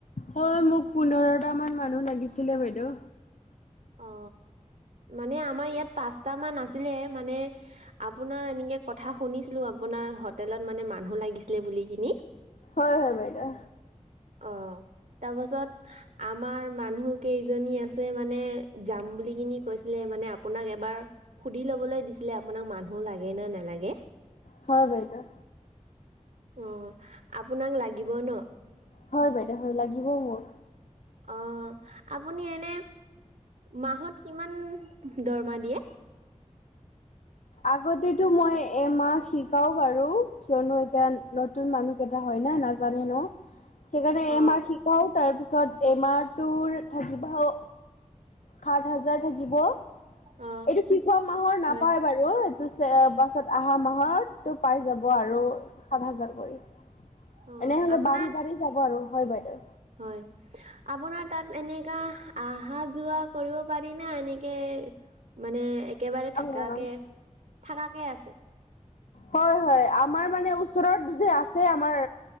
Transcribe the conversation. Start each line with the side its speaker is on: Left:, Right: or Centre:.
Left: হয় মোক পোন্ধৰট মান মানুহ লাগিছিলে বাইদেউ
Right: অ, 'মানে আমাৰ ইয়াত পাঁচটা মান আছিলে মানে আপোনাৰ এনেকে কথা শুনিছিলো আপোনাৰ হোটেলত মানে মানুহ লাগিছিলে বুলি কিনি <inaudible>
Left: হয় হয় বাইদেউ।
Right: অ' তাৰপাছত আমাৰ মানুহ কেইজনী আছে মানে যাম বুলি কিনি কৈছিলে মানে আপোনাক এবাৰ সুধি লবলৈ দিছিলে আপোনাক মানুহো লাগে নে নালাগে।
Left: হয় বাইদেউ।
Right: অ' আপোনাক লাগিব ন?
Left: হয়, বাইদেউ হয়, লাগিব মোক।
Right: অ' আপুনি এনে মাহত কিমান দৰমহা দিয়ে?
Left: আগতেতো মই এমাহ শিকাও বাৰু, কিয়নো এতিয়া নতুন মানুহ কেইটা হয় নাই ন নাজানে ন সেইকাৰণে
Right: অ
Left: এমাহ শিকাও তাৰ পিছত এমাহ তোৰ থাকিবা সাত হাজাৰ থাকিব। এইটো
Right: অ
Left: শিকোৱা মাহৰ নাপায়
Right: হয়
Left: বাৰু এইটো পাছত আহা মাহৰ টো পাই যাব আৰু সাত হাজাৰ কৰি।
Right: অ
Left: এনে হ'লে
Right: আপোনাক
Left: বাঢ়ি বাঢ়ি যাব আৰু হয় বাইদেউ।
Right: হয়, আপোনাৰ তাত এনেকা অহা-যোৱা কৰিব পাৰি না এনেকে মানে একেবাৰে
Left: অ
Right: থাকাকে থাকাকে আছে
Left: হয়, হয় আমাৰ মানে ওচৰত যদি আছে আমাৰ